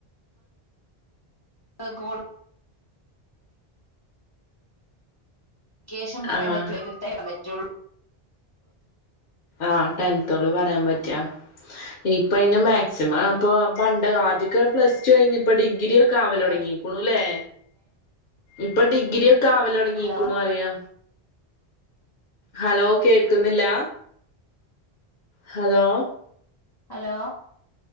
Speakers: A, on the left (about 25°); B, on the left (about 60°).
A: അഹ് കോൾ ക്കേഷം പറയാൻ
B: ആഹ്
A: പറ്റൂ
B: ആഹ് ടെൻത്തോള് പറയാൻ പറ്റാ ഇപ്പയ്ന് മാക്സിമം ഇപ്പൊ പണ്ട് അ ആദിക്കോക്കെ പ്ലസ് ടു കഴിഞ് ഇപ്പൊ ഡിഗ്രി ഒക്കെ ആവലൊട്ങ്ങികുണുലെ
A: എങ്ങനെ
B: ഇപ്പൊ ഡിഗ്രി ഒക്കെ ആവലൊട്ങ്ങികുണു
A: ഹലോ
B: അറിയാ ഹലോ കേക്കുന്നില്ല ഹലോ
A: ഹലോ